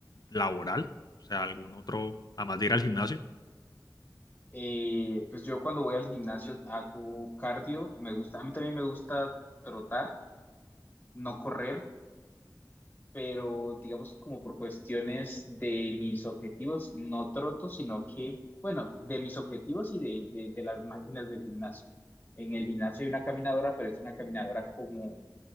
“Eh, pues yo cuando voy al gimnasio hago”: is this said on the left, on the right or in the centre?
Left